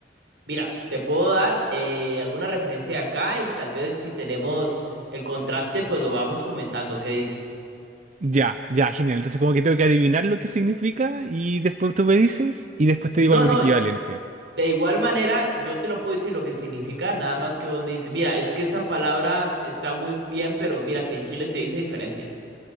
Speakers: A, on the right; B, on the right.
A: Mira, te puedo dar eh, alguna referencia acá y tal vez si tenemos el contraste, pues lo vamos comentando. ¿Qué dices?
B: Ya, ya, genial. Entonces como que tengo que adivinar lo que significa y después tú me dices y después
A: No,
B: te digo algún
A: no,
B: equivalente.
A: de igual manera yo te lo puedo decir lo que significa, nada más que vos me dices, mira, es que esa palabra está muy bien, pero mira que en Chile se dice diferente.